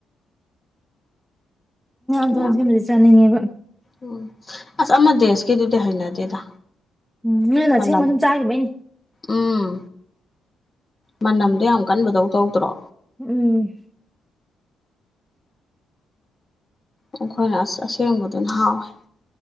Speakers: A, in the centre; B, on the left.
A: ꯎ ꯇꯣꯟꯁꯤ
B: ꯌꯥꯝ
A: ꯃꯔꯤ ꯆꯥꯅꯤꯡꯉꯦ
B: ꯎꯝ ꯑꯁ ꯑꯃ ꯗ ꯑꯁꯀꯤꯗꯨꯗꯤ ꯍꯩꯅꯗꯦꯗ
A: ꯎꯝ ꯅꯣꯟꯗ
B: ꯃꯅꯝ
A: ꯕ ꯁꯨꯝ ꯆꯥꯈꯤꯕꯩꯅꯤ
B: ꯎꯝ ꯃꯅꯝꯗꯣ ꯌꯥꯝ ꯀꯟꯕꯗꯧ ꯇꯧꯗ꯭ꯔꯣ
A: ꯎꯝ
B: ꯑꯩꯈꯣꯏꯅ ꯑꯁ ꯑꯁꯦꯡꯕꯗꯨꯅ ꯍꯥꯎꯋꯦ